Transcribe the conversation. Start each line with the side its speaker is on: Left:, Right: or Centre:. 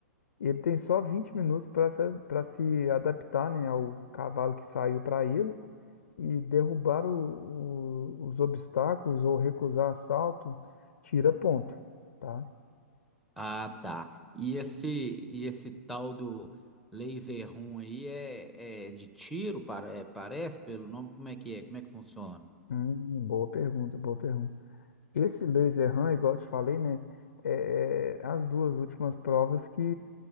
Left: Ele tem só 20 minutos para se, para se adaptar, né, ao cavalo que saiu para ele e derrubar o- o- os obstáculos ou recusar assalto tira ponto, tá?
Centre: Ah, tá. E esse, e esse tal do laser room aí é, é de tiro, para- é, parece, pelo nome? Como é que é? Como é que funciona?
Left: Hum, boa pergunta, boa pergunta. Esse laser run, igual eu te falei, né? É, é as duas últimas provas que,